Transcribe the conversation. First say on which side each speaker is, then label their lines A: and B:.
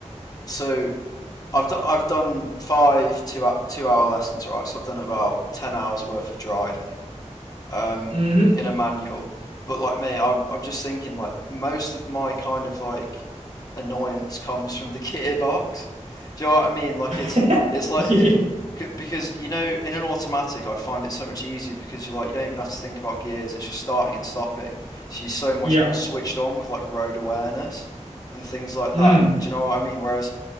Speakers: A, on the left; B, on the right.
A: so. I've do, I've done five two two hour lessons, right? So I've done about ten hours worth of driving um,
B: hmm
A: in a manual. But like me, I'm I'm just thinking like most of my kind of like annoyance comes from the <laughs> gearbox. Do you know what I mean? Like
B: <laughs>
A: it's it's like
B: Yeah.
A: it c- because you know in an automatic I'd find it so much easier because you like you don't even have to think about gears. It's just starting and stopping. So you're so much
B: Yeah.
A: more switched on with like road awareness and things like
B: Mm.
A: that. Do you know what I mean? Whereas